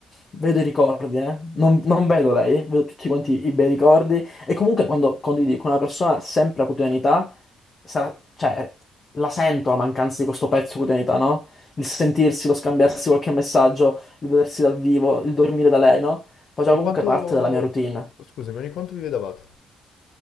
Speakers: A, on the left; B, on the left.
A: vedo i ricordi, eh? Non, non vedo lei, vedo tutti quanti i bei ricordi. E comunque quando condividi con una persona sempre la quotidianità, sarà, cioè, la sento la mancanza di questo pezzo di quotidianità, no? il sentirsi, lo scambiarsi qualche messaggio, il vedersi dal vivo, il dormire da lei, no? Faceva
B: Ogni
A: comunque
B: quanto...
A: parte della mia routine,
B: Scusami, ogni quanto vi vedevate?